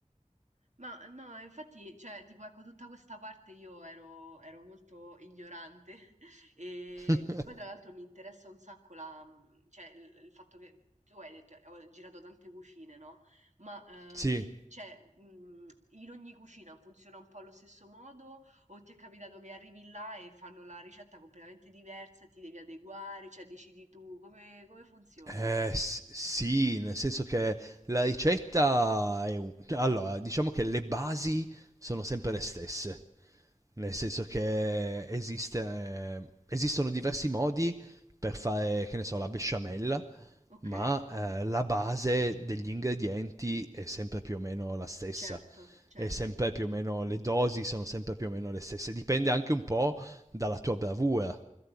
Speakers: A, on the right; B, on the right.
A: Ma no, infatti, cioè, tipo, ecco, tutta questa parte io ero, ero molto ignorante <laughs> e
B: <laughs>
A: poi tra l'altro mi interessa un sacco la, mm, cioè, il, il fatto che tu hai detto, eh, ho girato tante cucine, no? Ma, ehm,
B: sì,
A: cioè, mh, in ogni cucina funziona un po' allo stesso modo o ti è capitato che arrivi là e fanno la ricetta completamente diversa e ti devi adeguare, cioè, decidi tu come, come funziona?
B: Eh, s- sì, nel senso che la ricetta è un- cioè, Allora, diciamo che le basi sono sempre le stesse, nel senso che esiste, eh, esistono diversi modi per fare, che ne so, la besciamella,
A: Ok,
B: ma eh, la base degli ingredienti è sempre più o meno la stessa.
A: certo, certo.
B: È sempre più o meno le dosi sono sempre più o meno le stesse. Dipende anche un po' dalla tua bravura.